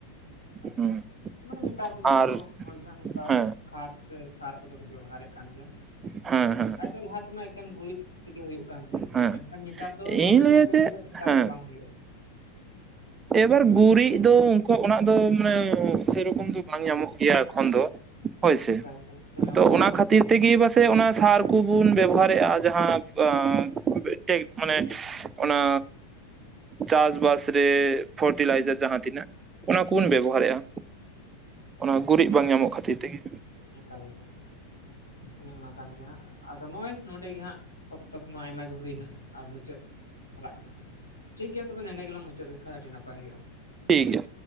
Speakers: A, on the left (about 80°); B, on the right (about 20°).
A: ᱮᱠᱟᱞ
B: ᱦᱩᱸ
A: ᱮᱠᱟᱞ ᱢᱟᱱᱮ ᱱᱮᱛᱟᱨ ᱫᱚ
B: ᱟᱨ
A: ᱡᱚᱛᱚ ᱦᱚᱲ ᱜᱮ ᱦᱟᱸᱜ ᱱᱚᱝᱠᱟ
B: ᱦᱮᱸ
A: ᱠᱷᱟᱫᱽ ᱥᱮ ᱥᱟᱨ ᱠᱚ ᱫᱚ ᱠᱚ ᱵᱮᱵᱚᱦᱟᱨᱮᱫ ᱠᱟᱱ ᱜᱮᱭᱟ
B: ᱦᱮᱸ
A: ᱵᱟᱝᱠᱷᱟᱡ
B: ᱦᱮᱸ
A: ᱫᱚ ᱞᱟᱦᱟ ᱛᱮᱢᱟ ᱮᱠᱮᱱ ᱜᱩᱨᱤᱡ ᱾ ᱛᱮ ᱜᱮ ᱦᱩᱭᱩᱜ ᱠᱟᱱ ᱛᱟᱦᱮᱸᱱ
B: ᱦᱮᱸ
A: ᱢᱮᱱ ᱠᱷᱟᱱ ᱱᱮᱛᱟᱨ ᱫᱚ
B: ᱤᱧ
A: ᱜᱩᱨᱤᱡ
B: ᱞᱟᱹᱭᱟ
A: ᱢᱚᱛᱮ
B: ᱡᱮ
A: ᱛᱮ ᱫᱚ ᱮᱠᱟᱞ
B: ᱦᱮᱸ
A: ᱜᱮ ᱵᱟᱝ ᱦᱩᱭᱩᱜᱼᱟ᱾
B: ᱮᱵᱟᱨ ᱜᱩᱨᱤᱡ ᱫᱚ ᱩᱱᱠᱩ ᱚᱱᱟ ᱫᱚ ᱢᱟᱱᱮ ᱥᱮᱨᱚᱠᱚᱢ ᱫᱚ ᱵᱟᱝ ᱧᱟᱢᱚᱜ ᱜᱮᱭᱟ ᱮᱠᱷᱚᱱ ᱫᱚ ᱾ ᱦᱳᱭ ᱥᱮ,
A: ᱮᱠᱟᱞ ᱮᱠᱟᱞ ᱚᱱᱮ
B: ᱛᱚ
A: ᱦᱚᱸ
B: ᱚᱱᱟ
A: ᱠᱟᱱ
B: ᱠᱷᱟᱹᱛᱤᱨ
A: ᱜᱮᱭᱟ
B: ᱛᱤᱜᱤ ᱯᱟᱥᱮᱡ ᱚᱱᱟ ᱥᱟᱨ ᱠᱩᱵᱚᱱ ᱵᱮᱵᱚᱦᱟᱨᱮᱜᱼᱟ ᱡᱟᱦᱟᱸ ᱢᱮᱫ ᱴᱮᱡ ᱢᱟᱱᱮ ᱚᱱᱟ ᱪᱟᱥ ᱵᱟᱥ ᱨᱮ ᱯᱷᱚᱨᱴᱤᱞᱟᱭᱡᱟᱨ ᱡᱟᱦᱟᱸ ᱛᱤᱱᱟᱹᱜ ᱾ ᱚᱱᱟ ᱠᱩᱵᱚᱱ ᱵᱮᱵᱚᱦᱟᱨᱮᱫᱼᱟ ᱚᱱᱟ ᱜᱩᱨᱤᱡ ᱵᱟᱝ ᱧᱟᱢᱚᱜ ᱠᱷᱟᱹᱛᱤᱨ ᱛᱮ ᱜᱮ᱾
A: ᱮᱠᱟᱞ ᱮᱠᱟᱞ, ᱚᱱᱮ ᱚᱱᱟ ᱠᱟᱱ ᱜᱮᱭᱟ ᱦᱟᱸᱜ ᱟᱫᱚ ᱱᱚᱜᱼᱚᱭ ᱱᱚᱰᱮ ᱜᱮ ᱦᱟᱸᱜ ᱚᱠᱛᱚ ᱠᱚ ᱢᱟ ᱟᱭᱢᱟ ᱜᱮ ᱦᱩᱭᱱᱟ ᱾ ᱟᱨ ᱢᱩᱪᱟᱹᱫ ᱪᱟᱞᱟᱜ ᱠᱟᱱᱟ ᱦᱟᱸᱜ, ᱴᱷᱤᱠ ᱜᱮᱭᱟ ᱛᱚᱵᱮ ᱱᱮᱸᱰᱮ ᱜᱮᱞᱟᱝ ᱢᱩᱪᱟᱹᱫ ᱞᱮᱠᱷᱟᱡ ᱟᱹᱰᱤ ᱱᱟᱯᱟᱭ ᱦᱩᱭᱩᱜᱼᱟ᱾
B: ᱴᱷᱤᱠ ᱜᱮᱭᱟ,